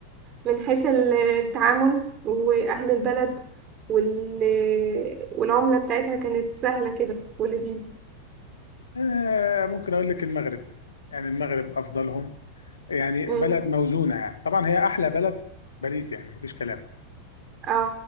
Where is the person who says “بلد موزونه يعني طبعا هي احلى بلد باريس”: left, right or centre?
Left